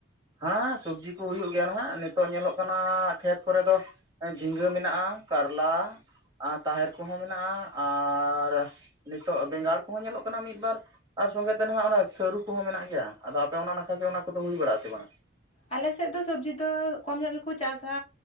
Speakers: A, on the right; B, on the left.
A: ᱦᱟᱸ ᱥᱚᱵᱡᱤ ᱠᱩ ᱦᱩᱭᱩᱜ ᱜᱮᱭᱟ ᱱᱟᱦᱟᱜ ᱱᱤᱛᱚᱜ ᱧᱮᱞᱚᱜ ᱠᱟᱱᱟ ᱠᱷᱮᱛ ᱠᱚᱨᱮ ᱫᱚ ᱡᱷᱤᱸᱜᱟᱹ ᱢᱮᱱᱟᱜᱼᱟ ᱠᱟᱨᱞᱟ ᱟᱨ ᱛᱟᱦᱮᱨ ᱠᱚᱦᱚᱸ ᱢᱮᱱᱟᱜᱼᱟ ᱟᱨ ᱱᱤᱛᱚᱜ ᱵᱮᱸᱜᱟᱲ ᱠᱚᱦᱚᱸ ᱧᱮᱞᱚᱜ ᱠᱟᱱᱟ ᱢᱤᱫ ᱵᱟᱨ ᱟᱨ ᱥᱚᱸᱜᱮ ᱛᱮ ᱱᱟᱦᱟᱜ ᱚᱱᱟ ᱥᱟᱹᱨᱩ ᱠᱚᱦᱚᱸ ᱢᱮᱱᱟᱜ ᱜᱮᱭᱟ ᱟᱫᱚ ᱟᱯᱮ ᱚᱱᱟ ᱱᱟᱠᱷᱟ ᱜᱮ ᱚᱱᱟ ᱠᱚᱫᱚ ᱦᱩᱭ ᱵᱟᱲᱟᱜ ᱟᱥᱮ ᱵᱟᱝᱼᱟ?
B: ᱟᱞᱮ ᱥᱮᱫ ᱫᱚ ᱥᱚᱵᱽᱡᱤ ᱫᱚ ᱠᱚᱢ ᱧᱚᱜ ᱜᱮ ᱪᱟᱥᱟ